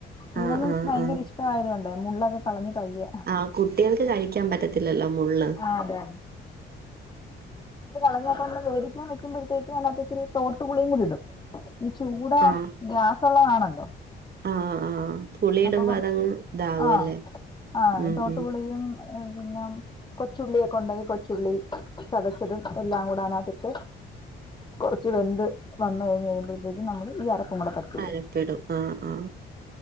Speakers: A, on the left (about 20°); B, on the right (about 50°).
A: മോനും
B: ആഹ് ആഹ്
A: ഭയങ്കര
B: ആഹ്
A: ഇഷ് ഷ്ടായത് കൊണ്ടേ മുള്ളൊക്കെ കളഞ്ഞ് പയ്യേ
B: ആഹ കുട്ടികൾക്ക് കഴിക്കാൻ പറ്റത്തില്ലല്ലോ മുള്ള്.
A: ആ അതെ കളഞ്ഞപ്പോ വേവിക്കാൻ വെക്കുമ്പോഴത്തേക്ക് അതിനകത് ത്തിരി തോട്ടു പുളിയും കൂടി ഇടും. ഈ ചൂട
B: ആഹ്
A: ഗ്യാസള്ളതാണല്ലോ
B: ആഹ് ആഹ് പുളിയിടുമ്പോ
A: അപ്പൊ കുറച്ച്
B: അതങ്ങ് ഇതാകുവല്ലേ
A: ആഹ് ആഹ്
B: ഉം
A: തോട്ടുപുളിയും
B: ഉം
A: പിന്നെ കൊച്ചുള്ളിയൊക്കെ ഉണ്ടെങ്കി കൊച്ചുള്ളി. ചതച്ചതും എല്ലാം കൂടൊ അതിനകത്ത്ഇട്. കുറച്ച് വെന്ത് വന്ന് കഴിഞ്ഞ് കഴിയുമ്പോഴത്തേക്കും. നമ്മള് ഈ അരപ്പും കൂടെ തട്ട്
B: അരപ്പിടും ആ ആഹ